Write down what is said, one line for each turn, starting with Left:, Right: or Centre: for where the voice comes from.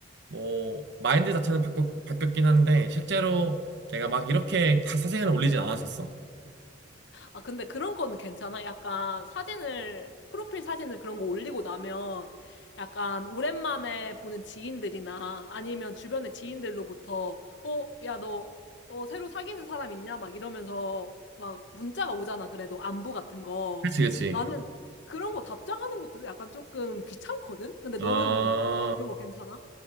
Right: 뭐 마인드 자체는 바뀌, 바뀌었긴 한데 실제로 내가 막 이렇게 다 사진을 올리진 않았었어.
Left: 아, 근데 그런 거는 괜찮아? 약간 사진을, 프로필 사진을 그런 거 올리고 나면 약간 오랜만에 보는 지인들이나 아니면 주변의 지인들로부터 어, 야, 너, 어, 새로 사귀는 사람 있냐? 막 이러면서 막 문자가 오잖아. 그래도 안부 같은 거.
Right: 그치, 그치.
Left: 나는 그런 거 답장하는 것도 약간 조금 귀찮거든? 근데 너는
Right: 아,
Left: 그런 거 괜찮아?